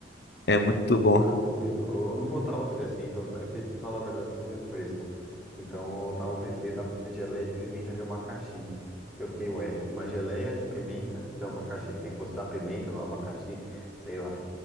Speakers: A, on the left; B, in the centre.
A: É muito bom.
B: Tudo. Eu eu não botava fé assim, é que, eu, é que, pra falar a verdade, eu sou meio fresco. Então eu tava com receio da geleia de pimenta de abacaxi. Eu fiquei, ué, uma geleia de pimenta de abacaxi. Tem gosto da pimenta, do abacaxi, sei lá.